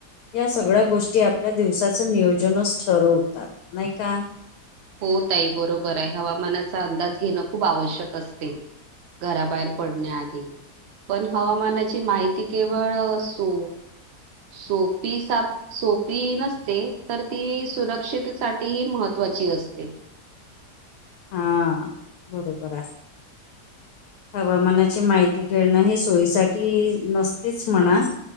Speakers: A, on the left; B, on the right.
A: या सगळ्या गोष्टी आपल्या दिवसाचं नियोजनच ठरवतात नाही का?
B: हो ताई बरोबर आहे हवामानाचा अंदाज घेणं खूप आवश्यक असते घराबाहेर पडण्या आदी. पण हवामानाची माहिती केवळ सो सोपी साप सोपी नसते तर ती सुरक्षितेसाठी महत्वाची असते.
A: हा बरोबर आहे. हवामानाची माहिती घेणं हे सोयीसाठी नसतेच म्हणा.